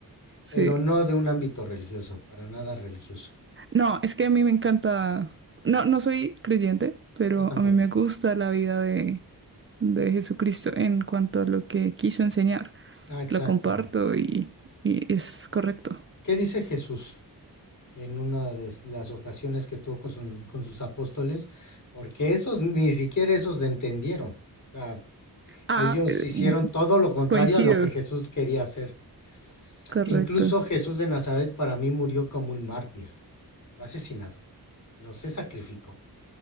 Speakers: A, on the right; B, on the left.
A: Sí.
B: Pero no de un ámbito religioso, para nada religioso.
A: No, es que a mí me encanta, no, no soy creyente, pero
B: Yo tampoco.
A: a mí me gusta la vida de, de Jesucristo en cuanto a lo que quiso enseñar.
B: Ah, exacto.
A: Lo comparto y, y es correcto.
B: ¿Qué dice Jesús en una de las ocasiones que tuvo con, su- con sus apóstoles? Porque esos, ni siquiera esos le entendieron. O sea,
A: Ah,
B: ellos
A: eh,
B: hicieron todo lo contrario
A: coincido.
B: a lo que Jesús quería hacer.
A: Correcto,
B: E incluso Jesús de Nazaret para mí murió como un mártir, fue asesinado, no se sacrificó,